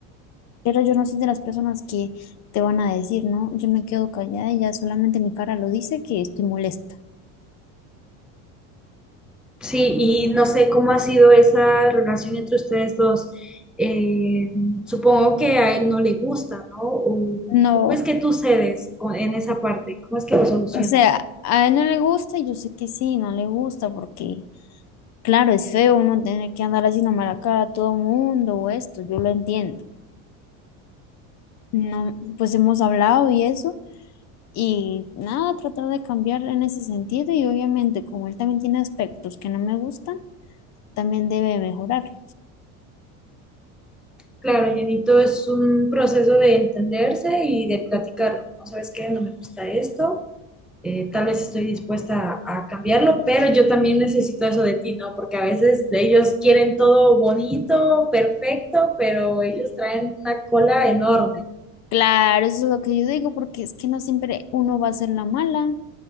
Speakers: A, on the left; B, in the centre.
A: Pero yo no soy de las personas que te van a decir, ¿no? Yo me quedo callada y ya solamente mi cara lo dice que estoy molesta.
B: Sí, y no sé cómo ha sido esa relación entre ustedes dos. Eh, supongo que a él no le gusta, ¿no? O,
A: No,
B: ¿cómo es que tú cedes con- en esa parte? ¿Cómo es que lo solucionas?
A: o sea, a él no le gusta y yo sé que sí, no le gusta porque, claro, es feo uno tener que andar haciendo mala cara a todo mundo o esto, yo lo entiendo. No, pues hemos hablado y eso. Y nada, tratar de cambiar en ese sentido y obviamente como él también tiene aspectos que no me gustan, también debe mejorar.
B: Claro, llenito es un proceso de entenderse y de platicarlo. No sabes qué, no me gusta esto, eh, tal vez estoy dispuesta a, a cambiarlo, pero yo también necesito eso de ti, ¿no? Porque a veces ellos quieren todo bonito, perfecto, pero ellos traen una cola enorme,
A: Claro, eso es lo que yo digo, porque es que no siempre uno va a ser la mala.